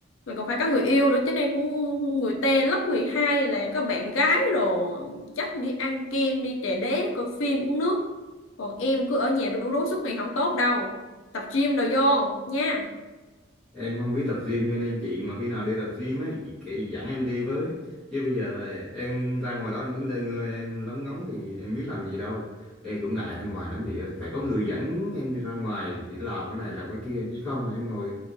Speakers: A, on the left; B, in the centre.
A: mình còn phải có người yêu nữa chứ em cũng người ta lớp 12 là có bạn gái rồi dắt đi ăn kem đi trà đế coi phim uống nước còn em cứ ở nhà rú rú suốt ngày không tốt đâu tập gym đồ vô nha
B: Em không biết tập gym cho nên chị mà khi nào đi tập gym ấy chị kể dẫn em đi với chứ bây giờ em ra ngoài đó em đứng lên ngơi em lóng ngóng thì em biết làm gì đâu em cũng ngại ra ngoài lắm chị ơi phải có người dẫn em đi ra ngoài để làm cái này làm cái kia chứ không là em ngồi